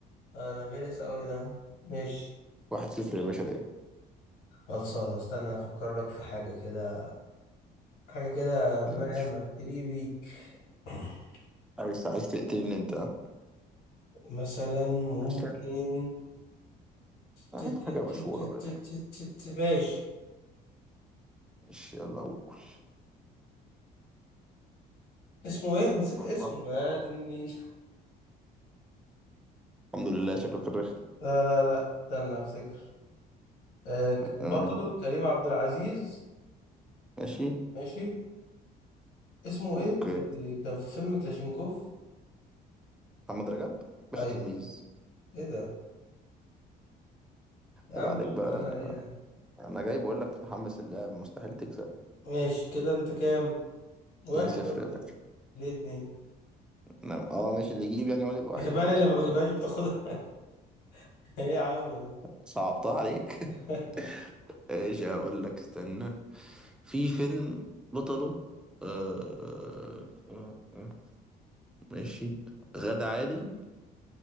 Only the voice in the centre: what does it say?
واحد صفر يا باشا ليه
دايما
عايز عايز تقتلني انت ها
عايز تقتلني. هات
حاجه
مشهوره
بقى يعني.
ماشي يلا قول
الله.
الحمد لله شكلك الرخم
آه،
ماشي
اوكي
محمد رجب باشا
تلميذ
يبقى
عليك
بقى
انا
انا جاي بقول لك متحمس اللعب مستحيل تكسب
2-0
يا
باشا
أنا- اه ماشي اللي يجيب يعني هو اللي يبقى واحد
خلاص
اوكي
صعبتها عليك
<laughs> ايش هقول لك استنى في فيلم بطله آه آه آه ماشي غادة عادل